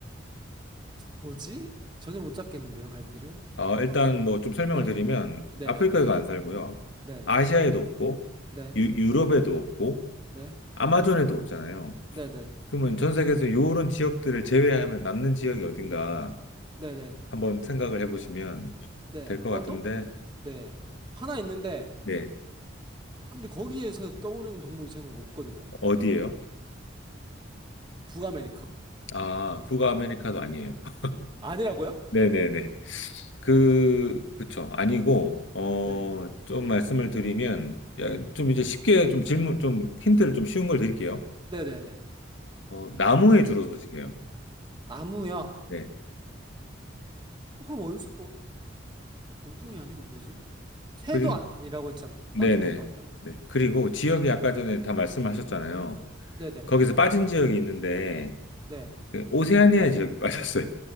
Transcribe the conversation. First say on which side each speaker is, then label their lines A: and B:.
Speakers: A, on the right; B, on the left.
A: 뭐지? 전혀 못 잡겠는데요, 갈피를?
B: 어, 일단 뭐 좀 설명을
A: 네,
B: 드리면,
A: 네네,
B: 아프리카에도 안 살고요.
A: 네,
B: 아시아에도 없고,
A: 네,
B: 유, 유럽에도 없고,
A: 네,
B: 아마존에도 없잖아요.
A: 네네,
B: 그러면 전 세계에서 요런 지역들을 제외하면 남는 지역이 어딘가
A: 네네, 네. 네, 네,
B: 한번 생각을 해보시면
A: 네.
B: 될 것
A: 어,
B: 같은데,
A: 또? 네. 하나 있는데,
B: 네.
A: 근데 거기에서 떠오르는 동물이 저는 없거든요.
B: 어디예요?
A: 북아메리카.
B: 아, 북아 아메리카도 아니에요. <laughs>
A: 아니라고요?
B: 네네네. 그, 그쵸. 아니고, 어,
A: 네,
B: 좀 말씀을 드리면, 야,
A: 네,
B: 좀 이제 쉽게 좀 질문, 좀 힌트를 좀 쉬운 걸 드릴게요.
A: 네네네.
B: 어, 나무에 주로 서식해요.
A: 나무야.
B: 네.
A: 어, 그럼 원숭, 어, 원숭이 아니고 뭐지? 새도
B: 그리,
A: 아니라고 했잖아요.
B: 네네.
A: 나는 것도 아니라고 그랬고.
B: 네. 그리고 지역이 아까 전에 다 말씀하셨잖아요.
A: 네네, 네.
B: 거기서 빠진 지역이 있는데,
A: 네.
B: 그 오세아니아 지역이 <laughs> 빠졌어요.